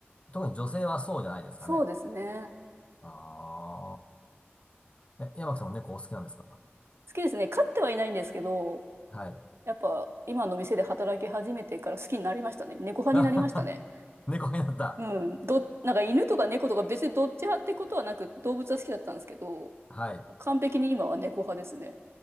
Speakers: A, on the left; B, on the right.
A: 特に女性はそうじゃないですかね。
B: そうですね。
A: ああ。え、山木さんも猫お好きなんですか
B: 好きですね。飼ってはいないんですけど、
A: はい。
B: やっぱ今の店で働き始めてから好きになりましたね。猫派になりましたね。
A: <laughs> あはは猫になった。
B: うん。ど、なんか犬とか猫とか別にどっち派ってことはなく動物は好きだったんですけど、
A: はい。
B: 完璧に今は猫派ですね。